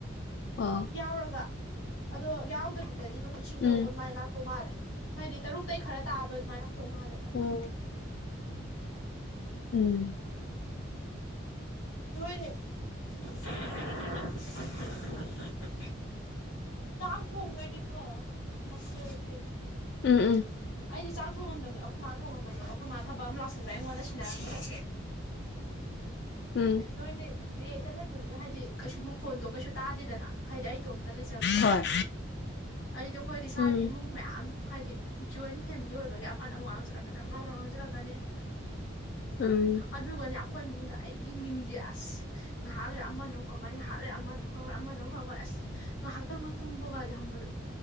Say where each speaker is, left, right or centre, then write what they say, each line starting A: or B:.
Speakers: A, on the left; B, on the left.
A: ꯑꯣ
B: ꯌꯥꯎꯔꯒ ꯑꯗꯣ ꯌꯥꯎꯗ ꯂꯦꯜꯂꯤ ꯒꯨꯝ ꯂꯤꯁꯤꯡ ꯇꯨꯛ
A: ꯎꯝ
B: ꯑꯗꯨꯃꯥꯏꯅ ꯂꯥꯛꯇꯧ ꯃꯥꯜꯂꯦ ꯍꯥꯏꯗꯤ ꯇꯔꯨꯛꯇꯩ ꯈꯔ ꯇꯥꯕ ꯑꯗꯨꯃꯥꯏꯅ ꯇꯣꯃꯂꯦꯕ <inaudible>
A: ꯑꯣ ꯎꯝ
B: <unintelligible> ꯆꯥꯛ ꯊꯣꯡꯕꯅꯤꯀꯣ ꯃꯈꯣꯟꯖ
A: ꯎꯝ ꯎꯝ
B: ꯑꯩꯗꯤꯦ ꯆꯥꯛ ꯊꯣꯡꯉꯝꯗꯕꯅꯦ ꯑꯩꯈꯣꯏ ꯃꯥꯥ ꯊꯣꯡꯉꯝꯕꯅꯦꯕ ꯑꯩꯈꯣꯏ ꯃꯥꯥ ꯊꯕꯛ ꯑꯃ ꯂꯥꯛꯁꯟꯕ ꯑꯩꯉꯣꯟꯗ ꯁꯤꯟꯅꯔꯝꯃꯤꯁꯦ
A: ꯎꯝ
B: ꯅꯣꯏꯗꯤ ꯔꯦꯗ ꯂꯩꯕꯅꯤꯅ ꯍꯥꯏꯗꯤ ꯀꯩꯁꯨ ꯃꯈꯣꯟꯗꯣ ꯀꯩꯁꯨ ꯇꯥꯗꯦꯗꯅ ꯍꯥꯏꯗꯤ ꯑꯩ ꯏꯇꯣꯝꯇ ꯂꯩꯖꯕꯅꯤꯅ
A: ꯍꯣꯏ
B: ꯑꯩꯗꯤ ꯑꯩꯈꯣꯏꯗꯤ ꯏꯁꯥꯗꯤ
A: ꯎꯝ
B: ꯏꯃꯨꯡ ꯃꯌꯥꯝ ꯐꯗꯤ ꯖꯣꯏꯟ ꯐꯦꯃꯤꯂꯤ ꯑꯣꯏꯕꯒꯤ ꯑꯃꯅ ꯋꯥꯥꯡꯖꯟ <unintelligible> ꯑꯅꯦ
A: ꯎꯝ
B: ꯑꯗꯨꯒꯅꯦ <unintelligible> ꯑꯩꯈꯣꯏ ꯏꯃꯨꯡꯗ ꯑꯩꯒꯤ ꯃꯤꯡꯖꯦ ꯑꯁ ꯉꯥꯏꯍꯥꯛ ꯂꯩꯔ ꯑꯃꯃꯨꯛ ꯀꯧꯔꯛꯀꯅꯤ <unintelligible> ꯉꯥꯏꯍꯥꯛꯇꯪꯒ ꯇꯨꯝꯕꯒꯖꯦ ꯍꯝꯕꯜ